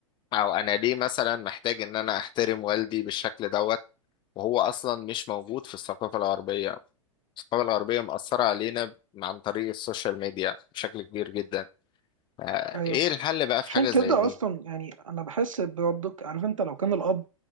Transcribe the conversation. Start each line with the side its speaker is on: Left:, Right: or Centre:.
Left: او انا ليه مثلا محتاج ان انا احترم والدي بالشكل دوت وهو اصلا مش موجود في الثقافة الغربية الثقافة الغربية مأثرة علينا عن طريق السوشيال ميديا بشكل كبير جدا فايه
Right: ايوه
Left: الحل بقى في
Right: عشان
Left: حاجة
Right: كده
Left: زي دي
Right: اصلا يعني انا بحس برضك عارف انت لو كان الاب